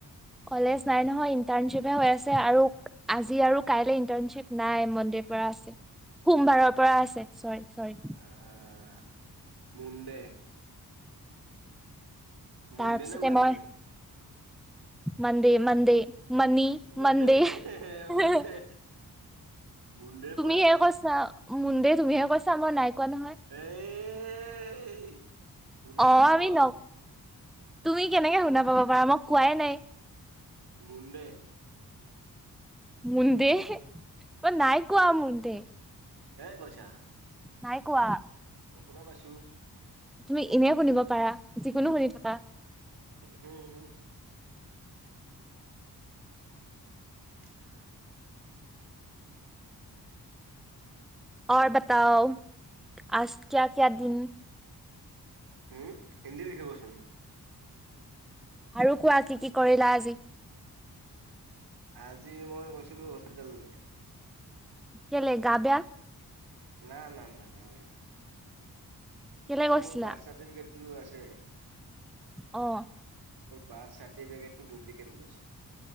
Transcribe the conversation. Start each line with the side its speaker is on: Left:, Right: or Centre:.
Centre: কলেজ নাই নহয় ইটাৰশ্বিপ হে হৈ আছে আৰু আজি আৰু কাইলে ইটাৰশ্বিপ নাই মনডে কৰা আছে সোমবাৰৰ পৰা আছে চৰি চৰি
Right: আহ মুণ্ডে। মুণ্ডে
Centre: তাৰপিছতে
Right: নে মান
Centre: মই
Right: দে?
Centre: মন্দে মন্দে মানি
Right: মুণ্ডে
Centre: মন্দে <unintelligible>
Right: মুণ্ডে মুণ্ডে
Centre: তুমি
Right: পুৰা
Centre: সে কছা মুন্দে তুমিহে কৈছা মই নাই নহয়
Right: এই শুনা
Centre: আহ
Right: পাইছো
Centre: আমি
Right: মই
Centre: ন <unintelligible> তুমি কেনেকে শুনা পাব পাৰা মই কোৱাই নাই।
Right: মুন্দে।
Centre: মুন্দে ম নাই কোৱা মুন্দে।
Right: এ কৈছা।
Centre: নাই কোৱা।
Right: অ শুনা পাইছো।
Centre: তুমি এনে শুনিব পাৰা যিকোনো শুনি থাকা।
Right: হ হ। <inaudible>
Centre: আৰু বতাও আজ কিয়া কিয়া দিন
Right: উম হিন্দী লিখিবচোন।
Centre: আৰু কোৱা কি কি কৰিলা আজি?
Right: আজি মই গৈছিলো হস্পিতেললৈ।
Centre: কেলে গাবেয়া?
Right: না না না গা বেয়া
Centre: কেলে
Right: এ
Centre: গৈছিলা
Right: মোৰ বাৰ্থ চাৰ্টিফিকেটো লৈ আছে
Centre: অ
Right: বাৰ চাৰ্টিফিকেটো ডুপ্লিকেট ওলাইছে